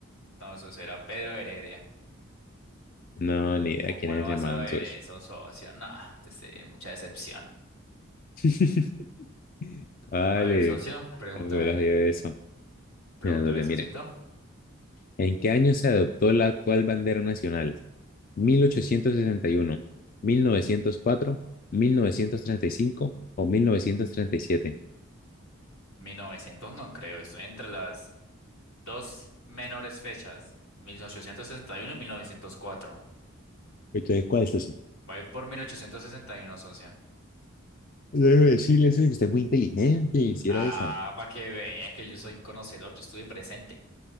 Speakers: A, on the left; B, on the left.
A: No, eso será Pedro de Heredia.
B: No, ni idea
A: ¿Cómo
B: quién es
A: no vas
B: ese man,
A: a ver
B: socio.
A: eso, socio? No, te sé, mucha decepción.
B: <laughs> Vale,
A: A ver, socio, pregúntame,
B: no hubiera sido eso.
A: pregúntame,
B: Mira, socio,
A: socito.
B: mire, ¿en qué año se adoptó la actual bandera nacional? 1861, 1904, 1935 o 1937.
A: mil novecientos no creo, estoy entre las dos menores fechas, mil ochocientos sesenta y uno y 1904.
B: Entonces, ¿cuál es eso
A: Voy por 1861, socio.
B: Luego decirle eso, y usted es muy inteligente, hiciera
A: Ah,
B: esa.
A: para que vea que yo soy un conocedor, yo estuve presente.